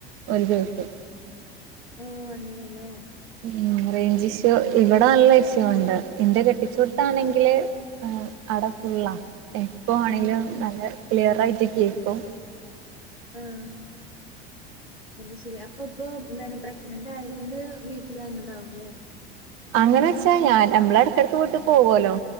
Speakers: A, on the right; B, on the left.
A: ഓര് ചോയ്ക്കും
B: ഓ അങ്ങനെയല്ലേ
A: ഉ റേഞ്ച് ഇഷ്യു ഇവിടെ നല്ല ഇഷ്യൂ ഉണ്ട് ഇന്റെ കെട്ടിച്ചുട്ടാണെങ്കില് ആ അട ഫുള്ളാ എപ്പ ആണെങ്കിലും
B: ആണോ
A: നല്ല ക്ലിയർ ആയിട്ട് കേക്കും
B: ഉം അത് ശരി അപ്പ ഇപ്പൊ പ്രഗ്നന്റ് ആയത് കൊണ്ട് വീട്ടിൽ വന്നതാവുംല്ലേ
A: അങ്ങനെ വെച്ചാ ഞാൻ നമ്മള എടക്കിടക്ക് വീട്ട് പോകല്ലോ